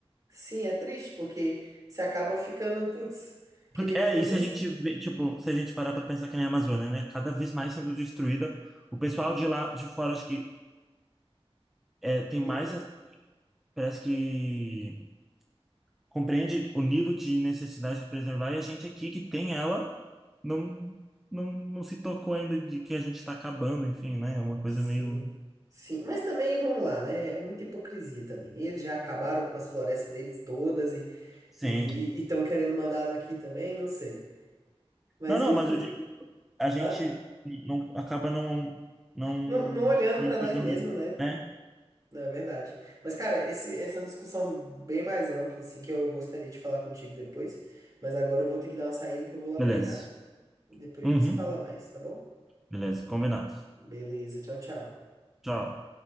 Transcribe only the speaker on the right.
sim, é triste, porque você acaba ficando, putz, queria
que
fosse
assim.
Sim,
sim.
Sim, mas também vamos lá, né? É muita hipocrisia também. Eles já acabaram com as florestas deles todas e
E estão querendo mandar aqui também, não sei. Mas
enfim,
hã?
Não, não olhando
pra
nós mesmos, né?
Não, é verdade. Mas, cara, esse, essa é uma discussão bem mais ampla, assim, que eu gostaria de falar contigo depois. Mas agora eu vou ter que dar uma saída que eu vou lá
treinar. E depois
a gente se fala mais, tá bom?
Beleza, tchau, tchau.